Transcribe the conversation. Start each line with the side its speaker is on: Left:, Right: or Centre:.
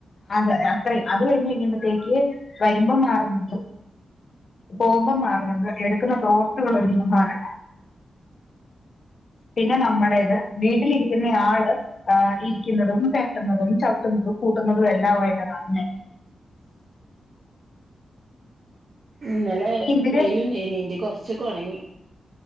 Left: അതെ അത്രെ അത് കഴിഞ്ഞ് കഴിയുമ്പത്തേക്ക് വരുമ്പംമാറുന്നുള്ളൂ പോവുമ്പം മാറ്ണത് എട്ക്ക്ന്ന ടോർത്ത്കൾ ഒരുങ്ങുമ്പൊ മാറ്ണതല്ല പിന്നെ നമ്മടേത് വീട്ടിലിരിക്കുന്ന ആള് ആഹ് ഇരിക്കുന്നതും പെരട്ട്ന്നതും ചവ്ട്ട്ന്നതും പൂട്ടുന്നതും എല്ലാവായിട്ടതങ്ങനെ
Right: ഇന്നലെ
Left: പിന്നെ ഇവര്
Right: വെയിലുണ്ടേനി ഇൻ്റെ കൊറച്ചൊക്കെ ഒണങ്ങി